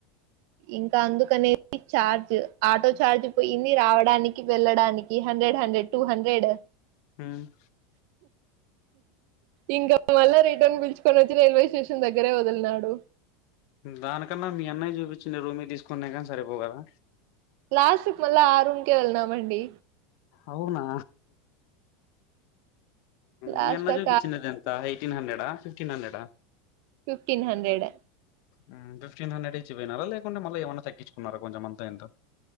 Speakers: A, on the right; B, on the left.
A: ఇంకా అందుకనే చార్జ్ ఆటో చార్జ్ పోయింది రావడానికి వెళ్ళడాని కి హండ్రెడ్ హండ్రెడ్ టూ హండ్రెడ్
B: ఉమ్మ్
A: ఇంకా మళ్ళ రిటర్న్ పిలుచుకొనొచ్చి రైల్వే స్టేషన్ దగ్గరే వదిలినాడు
B: దానికన్నా మీ అన్నయ్య చూపిచిన రూమే తీసుకున్నా కాని సరిపోవు కదా
A: లాస్ట్‌కి మళ్ళా ఆ రూమ్‌కే వెళ్ళినామండి
B: అవునా
A: లాస్ట్
B: మీ అన్న
A: దాకా
B: చూపిచినదెం త ఎయిటీన్ హండ్రెడా ఫిఫ్టీన్ హండ్రెడా
A: ఫిఫ్టీన్ హండ్రెడ్
B: ఉమ్మ్ ఫిఫ్టీన్ హండ్రెడ్ ఇచ్చిపోయినారా లేకుంటే మళ్ళీ ఏమన్నా తగ్గుకున్నారా కొంచంమంతా ఇంతా